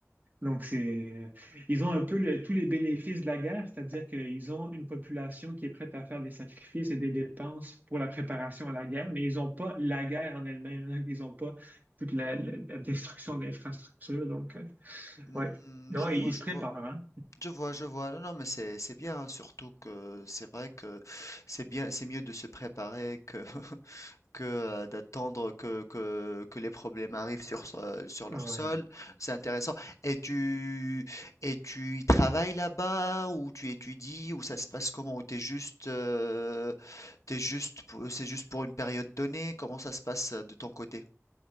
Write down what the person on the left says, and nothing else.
Mmh
je
vois,
je
vois.
Je vois, je vois. Non, non, mais c'est c'est bien, hein, surtout que c'est vrai que c'est bien, c'est mieux de se préparer que <laughs> que euh, d'attendre que, que que les problèmes arrivent sur so- sur leur
sol. C'est intéressant. Et tu et tu y travailles là-bas ou tu étudies ou ça se passe comment? Ou t'es juste euh, t'es juste pour- c'est juste pour une période donnée? Comment ça se passe euh, de ton côté?